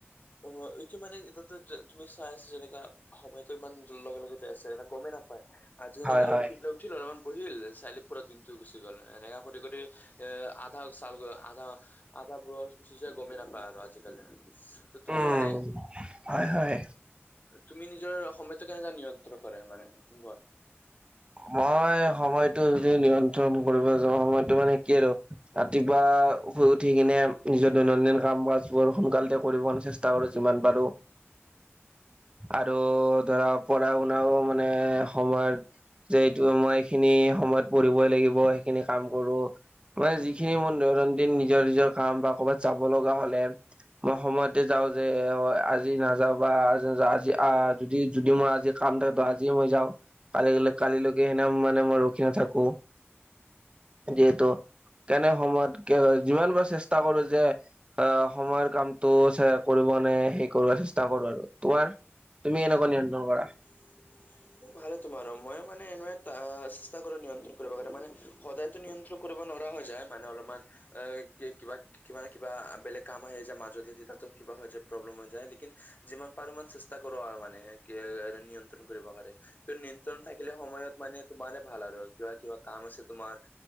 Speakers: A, on the left; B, on the right.
A: অ, এইটো মানে এতিয়াতো তুমি চাই আছা যেনেকা সময়তো ইমান লগে-লগে যাই আছে, এ গমেই নাপায়। আজি এনেকা
B: হয় হয়
A: উঠিল অলপমান বহিল, চাৰিআলি পুৰা দিনটো গুচি গল এনেকা কৰি-কৰি, এ আধা চাল আধা-আধা বয়স গুচি যায় গমেই নাপায় আৰু আজিকালি। তুমি
B: উম,
A: মানে
B: হয়-হয়।
A: তুমি নিজৰ সময়টো কেনেকে নিয়ন্ত্ৰণ কৰে মানে ঘৰত?
B: মই সময়টো যদি নিয়ন্ত্ৰণ কৰিব যাও, সময়টো মানে কি আৰু? ৰাতিপুৱা শুই উঠি কিনে নিজৰ দৈনন্দিন কাম কাজ বোৰ সোনকালতে কৰিব চেষ্টা - কৰো যিমান পাৰো,
A: <inaudible>
B: আৰু ধৰা পঢ়া শুনাও মানে সময়ত, যে এইটো মই এইখিনি সময়ত পঢ়িবই লাগিব, সেইখিনি কাম কৰো। মানে যিখিনি মোৰ দৈনন্দিন নিজৰ-নিজৰ কাম বা কৰবাত যাব লগা হলে, মই সময়তে যাও যে আজি নাযাও বা আজি নাযা আজি যদি-যদি মই আজি, কাম থাকেতো আজি মই যাওঁ, কালি কালিলৈকে সেনে মানে মই ৰখি নাথাকো। যিহেতু তেনে সময়ত যিমান পাৰো চেষ্টা কৰো যে, অ, সময়ৰ কামটো কৰিব নে, সেই কৰ চেষ্টা কৰো আৰু। তোমাৰ? তুমি কেনেকৈ নিয়ন্ত্ৰণ কৰা?
A: হয়। <unintelligible> ভালে তোমাৰো। মই মানে এনে চেষ্টা কৰো নিয়ন্ত্ৰণ কৰিব কাৰণে মানে, সদায়তো নিয়ন্ত্ৰণ কৰিব নোৱাৰা হৈ যায়, মানে অলপমান এ কি কিবা কিবা নে কিবা বেলেগ কাম আহি যায় মাজত এদিন তেতিয়াতো কিবা হৈ যায়, প্ৰব্লেম হৈ যায়, লেকিন যিমান পাৰো চেছ চেষ্টা কৰো আৰু মানে কি এ নিয়ন্ত্ৰণ কৰিব পাৰে। নিয়ন্ত্ৰণ থাকিলে সময়ত মানে তোমাৰ ভাল আৰু কিবা কিবা কাম আছে তোমাৰ,